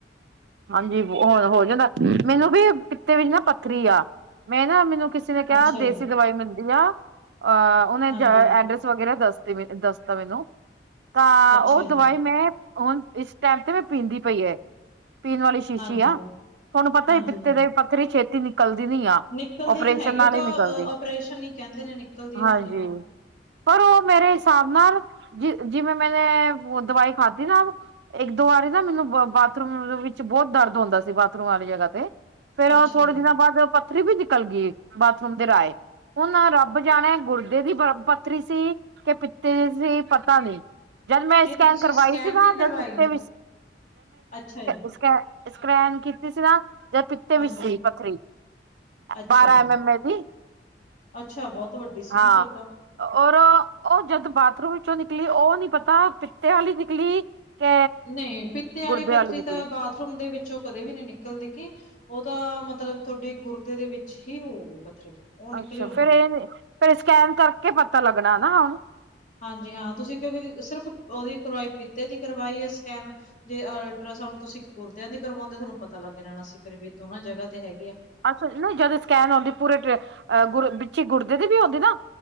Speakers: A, on the right; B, on the left.
A: ਹਾਂਜੀ-ਹਣ ਹੋ ਜਾਂਦਾ ਮੈਨੂੰ ਵੀ ਪਿਤੇ ਵਿੱਚ ਨਾ ਪੱਥਰੀ ਆ ਮੈਂ ਨਾ ਮੈਨੂੰ ਕਿਸੀ ਨੇ ਕਿਹਾ
B: ਅੱਛਾ
A: ਦੇਸੀ
B: ਜੀ।
A: ਦਵਾਈ ਮਿਲਦੀ ਆ, ਅਹ ਉਹਨੇ
B: ਹਾਂਜੀ,
A: ਐਡਰਸ ਵਗੈਰਾ ਦੱਸਦੀ ਦੱਸਤਾ ਮੈਨੂੰ ਤਾਂ
B: ਅੱਛਾ
A: ਉਹ
B: ਜੀ,
A: ਦਵਾਈ ਮੈਂ ਹੁਣ ਇਸ ਟਾਈਮ ਤੇ ਮੈਂ ਪੀਂਦੀ ਪਈ ਹੈ ਪੀਨ ਵਾਲੀ ਸ਼ੀਸ਼ੀ
B: ਹਾਂਜੀ,
A: ਆ, ਤੁਹਾਨੂੰ ਪਤਾ
B: ਹਾਂਜੀ
A: ਹੀ ਪਿੱਤੇ
B: ਹੈ।
A: ਦੇ ਪੱਥਰੀ ਛੇਤੀ ਨ ਨਿਕਲਦੀ ਨੀ ਆ,
B: ਨਿਕਲਦੀ
A: ਓਪਰੇਸ਼ਨ
B: ਨੀ ਹੈਗੀ
A: ਨਾਲ
B: ਉਹ ਤਾਂ
A: ਹੀ ਨਿਕਲਦੀ
B: ਅ ਓਪਰੇਸ਼ਨ ਹੀ ਕਹਿੰਦੇ ਨੇ ਨਿਕਲਦੀ
A: ਹਾਂਜੀ
B: ਹਾਂ।
A: ਪਰ ਉਹ ਮੇਰੇ ਹਿਸਾਬ ਨਾਲ ਜ ਜਿਵੇਂ ਮੈਨੇ ਦਵਾਈ ਖਾਧੀ ਨਾ ਇੱਕ ਦੋ ਵਾਰੀ ਨਾ ਮੈਨੂੰ ਬਾਥਰੂਮ ਵਿੱਚ ਬਹੁਤ ਦਰਦ ਹੁੰਦਾ ਸੀ, ਬਾਥਰੂਮ ਵਾਲੀ ਜਗ੍ਹਾ ਤੇ ਫੇਰ
B: ਅੱਛਾ
A: ਥੋੜੇ
B: ਜੀ,
A: ਦਿਨਾਂ ਬਾਅਦ ਪਥਰੀ ਵੀ ਨਿਕਲ ਗਈ, ਬਾਥਰੂਮ ਦੇ ਰਾਏ ਹੁਨ ਔ ਰੱਬ ਜਾਨੇ ਗੁਰਦੇ ਦੀ ਪੱਥਰੀ ਸੀ ਕਿ ਪਿੱਤੇ ਦੀ ਸੀ ਪਤਾ ਨਹੀਂ ਜਦ ਮੈਂ
B: ਨਹੀਂ
A: ਸਕੈਨ
B: ਤੇ ਤੁਸੀਂ
A: ਕਰਵਾਈ
B: ਸਕੈਨ
A: ਸੀਗਾ,
B: ਨੀ ਕਰਵਾਈ?
A: ਜਦ ਪਿਤੇ ਵਿਚ
B: ਅੱਛਾ ਜੀ,
A: ਸਕੈ ਸਕੈ੍ਨ ਕੀਤੀ ਸੀ ਨਾ ਜਾਂ ਪਿੱਤੇ
B: ਹਾਂਜੀ,
A: ਵਿੱਚ ਸੀ ਪੱਖਰੀ
B: ਅੱਛਾ
A: ਬਾਰਾਂ
B: ਜੀ,
A: ਐਮ ਐਮ ਏ ਦੀ
B: ਅੱਛਾ ਬਹੁਤ ਵੱਡੀ ਸੀਗੀ
A: ਹਾਂ
B: ਫੇਰ ਤਾਂ
A: ਔਰ ਉਹ ਜਦ ਬਾਥਰੂਮ ਵਿੱਚੋਂ ਨਿਕਲੀ ਉਹ ਨੀ ਪਤਾ ਪਿੱਤੇ ਵਾਲੀ ਨਿਕਲੀ ਕੇ
B: ਨਹੀਂ ਪਿੱਤੇ ਆਲੀ
A: ਗੁਰਦੇ
B: ਪੱਥਰੀ
A: ਵਾਲੀ ਨਿਕਲੀ
B: ਤਾਂ ਬਾਥਰੂਮ ਦੇ ਵਿੱਚ ਜੋ ਕਦੇ ਵੀ ਨਹੀਂ ਨਿਕਲ ਦੀਗੀ ਉਹ ਤਾਂ ਮਤਲਬ ਤੁਹਾਡੀ ਗੁਰਦੇ ਦੇ ਵਿੱਚ ਹੀ ਹੋਊਗੀ ਪੱਥਰੀ ਉਹ ਨਿਕਲਿਓ
A: ਅੱਛਾ
B: ਨੀ।
A: ਫੇਰ ਇਹ ਫੇਰ ਸਕੈਨ ਕਰਕੇ ਪਤਾ ਲੱਗਣਾ ਨਾ ਹੁਣ
B: ਹਾਂਜੀ ਹਾਂ ਤੁਸੀਂ ਕਿਉਂਕਿ ਸਿਰਫ ਉਹਦੀ ਕਰਵਾਈ ਪਿਤੇ ਦੀ ਕਰਵਾਈ ਹੈ ਸਕੈਨ ਜੇ ਅਲਟਰਾਸਾਊਂਡ ਤੁਸੀਂ ਗੁਰਦਿਆਂ ਦੀ ਕਰਵਾਉਂਦੇ ਤੁਹਾਨੂੰ ਪਤਾ ਲੱਗ ਜਾਣਾ ਸੀ ਫਿਰ ਵੀ ਦੋਨਾਂ ਜਗ੍ਹਾ ਤੇ ਹੈਗੀ ਆ
A: ਅੱਛਾ ਨਹੀਂ ਜਦ ਸਕੈਨ ਆਉਂਦੀ ਪੂਰੇ ਵਿੱਚ ਗੁਰਦੇ ਦੀ ਵੀ ਹੁੰਦੀ ਨਾ